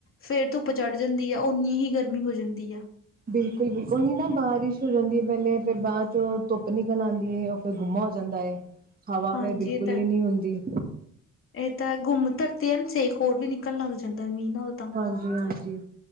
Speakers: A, on the left (about 45°); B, on the right (about 30°).
A: ਫੇਰ ਧੁੱਪ ਚੜ ਜਾਂਦੀ ਆ, ਉਨੀ ਹੀ ਗਰਮੀ ਹੋ ਜਾਂਦੀ ਆ।
B: ਬਿਲਕੁਲ- ਬਿਲਕੁਲ ਓਹੀ ਨਾ ਬਾਰਿਸ਼ ਹੋ ਜਾਂਦੀ ਆ ਪਹਿਲੇ, ਫੇਰ ਬਾਅਦ ਚੋ ਧੁੱਪ ਨਿਕਲ ਆਂਦੀ ਏ ਤੋਂ ਗੁੰਮਾ ਹੋ ਜਾਂਦਾ ਏ, ਹਵਾ
A: ਹਾਂਜੀ
B: ਫੇਰ ਬਿਲਕੁਲ
A: ਇਹ ਤਾਂ
B: ਵੀ
A: ਹੈ,
B: ਨੀਂ ਹੁੰਦੀ
A: ਇਹ ਤਾਂ ਗੁੰਮ ਧਰਤੀ ਐ ਨਾ ਸੇਕ ਹੋਰ ਵੀ ਨਿਕਲਣ ਲੱਗ ਜਾਂਦਾ, ਮੀਂਹ ਨਾਲ ਤਾਂ
B: ਹਾਂਜੀ-ਹਾਂਜੀ